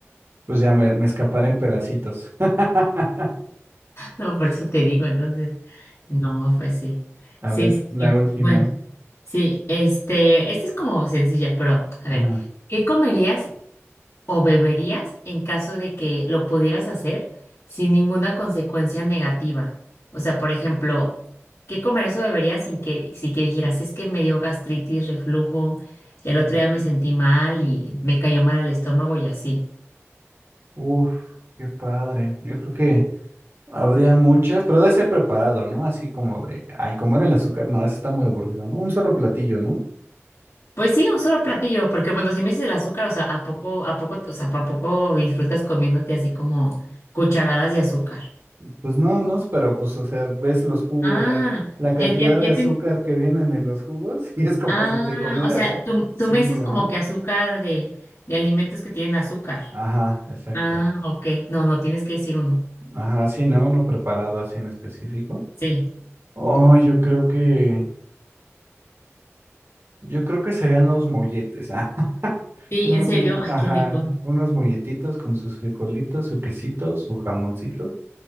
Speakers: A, on the right; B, on the left.
A: Pues ya me, me escaparé en pedacitos. <laughs>
B: No, por eso te digo, entonces, no, pues sí.
A: A
B: Sí,
A: ver,
B: sí,
A: la
B: sí.
A: última.
B: Bueno, sí, este, esta es como sencilla, pero a
A: Ajá.
B: ver, ¿qué comerías o beberías en caso de que lo pudieras hacer sin ninguna consecuencia negativa. O sea, por ejemplo, ¿qué comerías o beberías sin que, si que dijeras, es que me dio gastritis, reflujo, y al
A: Ujú.
B: otro día me sentí mal y me cayó mal al estómago y así?
A: Uf, qué padre. Yo creo que habría muchas, pero debe ser preparado, ¿no? Así como de, ay, comer el azúcar, no, eso está muy aburrido, ¿no? Un solo platillo, ¿no?
B: Pues sí, un solo platillo, porque bueno, si me dices el azúcar, o sea, ¿a poco, a poco, o sea, ¿a poco disfrutas comiéndote así como cucharadas de azúcar?
A: Pues no, no, pero pues, o sea, ves los jugos,
B: Ah,
A: la, la cantidad
B: ya, ya, ya
A: de azúcar
B: te,
A: que vienen en los jugos <laughs> y es como
B: Ah,
A: si te comieras
B: o sea, tú,
A: cinco,
B: tú me dices como
A: ¿no?
B: que azúcar de, de alimentos que tienen azúcar.
A: Ajá, exacto.
B: Ah, ok. No, no, tienes que decir uno.
A: Ajá, sí, ¿no? Uno preparado así en específico.
B: Sí.
A: Oh, yo creo que, yo creo que serían los molletes, ah, <laughs>
B: Sí,
A: unos,
B: en serio.
A: mm,
B: Ay,
A: ajá,
B: qué rico.
A: unos molletitos con sus frijolitos, su quesito, su jamoncito,